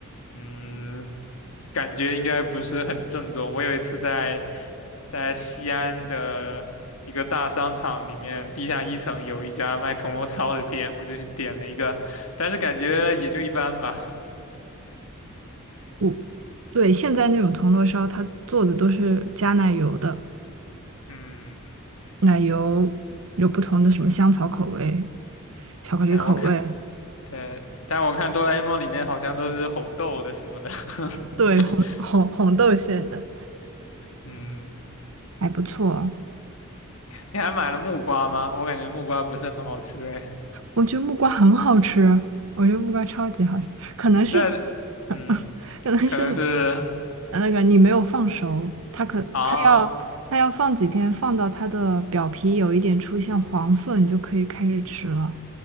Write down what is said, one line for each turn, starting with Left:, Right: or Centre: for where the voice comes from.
Left: 嗯，感觉应该不是很正宗。我有一次在在西安的一个大商场里面，地下一层有一家卖铜锣烧的店，我就去点了一个，但是感觉也就一般吧。<laughs>
Right: 我对，现在那种铜锣烧，它做的都是加奶油的，
Left: 嗯，
Right: 奶油有不同的什么香草口味、巧克力口味，
Left: 哎，我看，对，但我看哆啦 A 梦里面好像都是红豆的什么的。<laughs>
Right: 对，红红红豆馅的，
Left: 嗯，
Right: 还不错。
Left: 你还买了木瓜吗？我感觉木瓜不是很好吃哎，
Right: 我觉得木瓜很好吃，我觉得木瓜超级好吃，可能是，
Left: 但嗯，
Right: <laughs> 可能是
Left: 可能是
Right: 那个你没有放熟，它可它要它要放几天，
Left: 啊，
Right: 放到它的表皮有一点出现黄色，你就可以开始吃了。